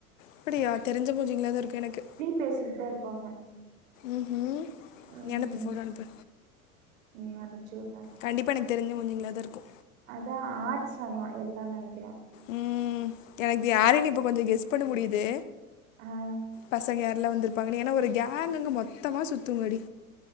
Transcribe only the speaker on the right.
பேசிட்தா இருப்பாங்க
ம்
ம் அனுப்ச்சு உ
அதா ஆட்சனா எல்லா நெனைக்குற
ஆ